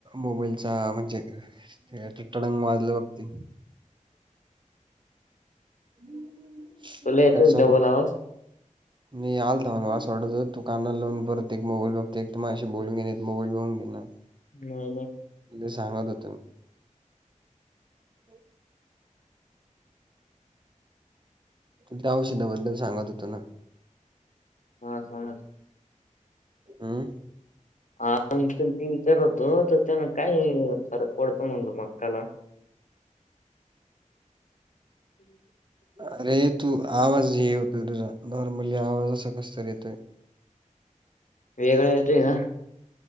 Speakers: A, on the right; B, on the left.
A: मोबाईलचा म्हणजे <unintelligible> वाजले होती. <inaudible> <unintelligible>
B: तुला येतोय
A: कस
B: डबल आवाज
A: नाही आलता मला अस वाटतं तू काना लाऊन परत एक मोबाईल बघते एक तु माझ्याशी बोलून घेणे एक मोबाईल बघून घे. <unintelligible>
B: नाही बघ.
A: म ते सांगत होते म. <inaudible> त्या औषधाबद्दल सांगत होतं ना.
B: हा हा.
A: अं
B: आ ते विचार होतो तर त्यांना काय फरक पडतो म्हणजो मक्काला. <inaudible>
A: अरे तू आवाज हे यतोय तुझा नॉर्मली आवाज असा कस त येतोय.
B: वेगळा येतय का?